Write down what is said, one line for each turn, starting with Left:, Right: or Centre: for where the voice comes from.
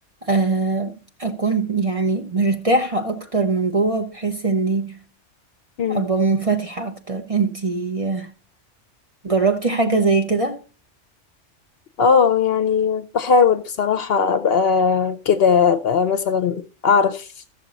Right: آه، اكون يعني مرتاحة اكتر من جوه بحيث اني
Left: امم
Right: ابقى منفتحة اكتر انتي آه، جربتي حاجة زي كده
Left: اه يعني بحاول بصراحة ابقى كده ابقى مثلا اعرف